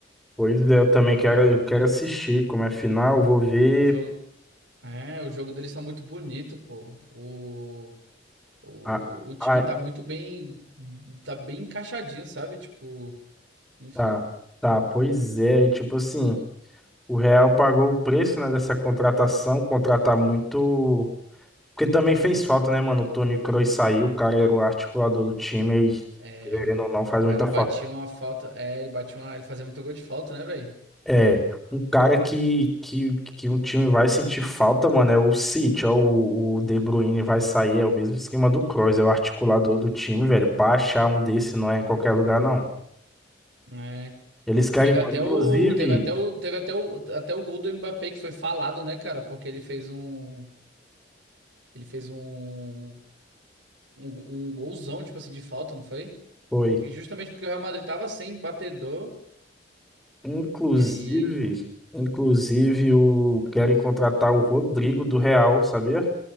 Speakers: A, in the centre; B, on the right.
A: Pois é, eu também quero, eu quero assistir como é final, vou ver.
B: O jogo, é, o jogo deles tá muito bonito, pô. O O,
A: Ah,
B: o time
A: ah,
B: tá muito bem, tá bem encaixadinho, sabe? Tipo, enfim.
A: tá, tá, pois é, e tipo assim, o Real pagou o preço, né, dessa contratação, contratar muito. Porque também fez falta, né, mano? O Toni Kroos saiu, o cara era o articulador do time e,
B: É,
A: querendo
B: mano.
A: ou não, faz
B: O cara
A: muita
B: batia
A: falta.
B: uma falta. É, ele batia uma. Ele fazia muito gol de falta, né, velho?
A: É, um cara que, que, que um time vai sentir falta, mano, é o City, ó, o, o De Bruyne vai sair, é o mesmo esquema do Kroos, é o articulador do time, velho. Pra achar um desse não é em qualquer lugar, não.
B: É.
A: Eles querem,
B: Teve até
A: inclusive,
B: o. Teve até o. Teve até o. Até o gol do Mbappé que foi falado, né, cara? Porque ele fez um. Ele fez um. Um, um golzão, tipo assim, de falta, não foi?
A: foi,
B: Porque, justamente porque o Real Madrid tava sem batedor.
A: inclusive,
B: E aí.
A: inclusive, o, querem contratar o Rodrigo do Real, sabia?